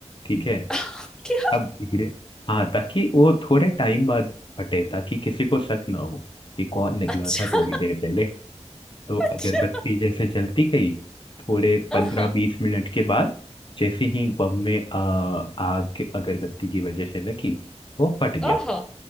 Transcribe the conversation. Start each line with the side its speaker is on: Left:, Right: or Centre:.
Left: ठीक है
Centre: <laughs> क्या
Left: अब धीरे हाँ ताकि वो थोड़े टाइम बाद फटे ताकि किसी को शक ना हो कि कौन निकला
Centre: अच्छा
Left: था थोड़ी देर पहले तो
Centre: अच्छा
Left: अगरबत्ती जैसे जलती गई थोड़े
Centre: हाँ
Left: पंद्रह बीस मिनट के बाद जैसे ही बम में आ, आग अगरबत्ती की वजह से लगी वो फट गया
Centre: आहा